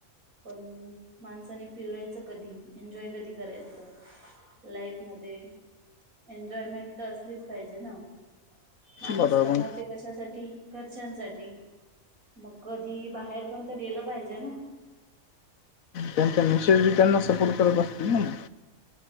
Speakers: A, on the right (about 85°); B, on the left (about 75°).
A: पण माणसानी फिरायचं कधी, एन्जॉय कधी करायचं. लाईफ मध्ये, एन्जॉयमेंट तर असलीच पाहिजे ना. माणूस
B: बरोबर
A: कमवते
B: मग
A: कशासाठी, घरच्यांसाठी. मग कधी, बाहेर पण तर गेलं पाहिजे ना,
B: त्यांच्या मिसेस बी त्यांना सपोर्ट करत असतील ना मग,